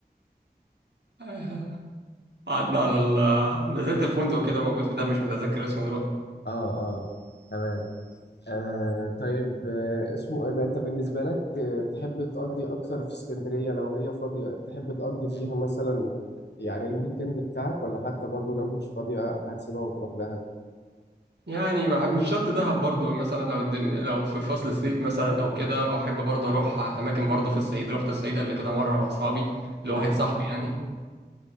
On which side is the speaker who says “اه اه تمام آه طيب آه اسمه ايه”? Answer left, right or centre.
Left